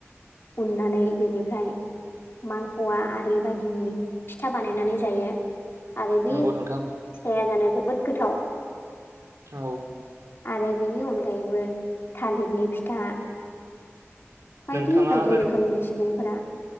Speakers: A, on the left; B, on the right.
A: उननानै बेनिफ्राय मालपवा आरि बायदिनि फिथा बानायनानै जायो आरो बे
B: नंगौ नोंथां
A: फिथाइआ जानो जोबोद गोथाव।
B: औ।
A: आरो बेनि अनगायैबो थालिरनि फिथा बायदि
B: नोंथाङा
A: बायदि
B: ओरै
A: रोखोमनि सुबुंफोरा